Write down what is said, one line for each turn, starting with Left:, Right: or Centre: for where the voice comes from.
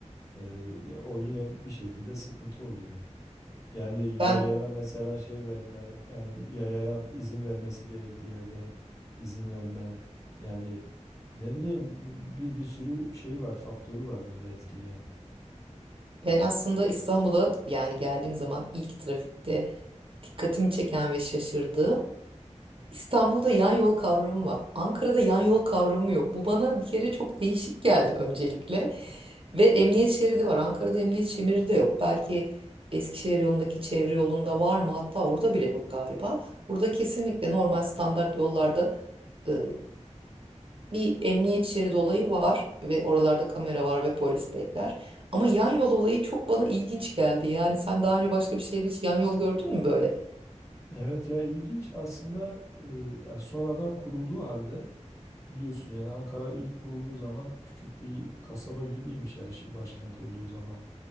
Left: ee, o yine bir şekilde sıkıntı oluyor. Yani
Right: Ben
Left: yayaya mesela şey verme, yani yayaya izin vermesi gerektiği yerde izin verme. Yani ne bileyim bu- bir, bir sürü şey var, faktörü var böyle etkileyen.
Right: ben aslında İstanbul'a yani geldiğim zaman ilk trafikte dikkatimi çeken ve şaşırdığım İstanbul'da yan yol kavramı var. Ankara'da yan yol kavramı yok. Bu bana bir kere çok değişik geldi öncelikle. Ve emniyet şeridi var. Ankara'da emniyet şeridi de yok. Belki Eskişehir yolundaki çevre yolunda var mı? Hatta orada bile yok galiba. Burada kesinlikle normal standart yollarda e, bir emniyet şeridi olayı var ve oralarda kamera var ve polis bekler. Ama yan yol olayı çok bana ilginç geldi. Yani sen daha önce başka bir şehirde hiç yan yol gördün mü böyle?
Left: Evet ya ilginç aslında e, ya sonradan kurulduğu halde biliyorsun yani Ankara ilk kurulduğu zaman küçük bir kasaba gibiymiş yani şi- başkent olduğu zaman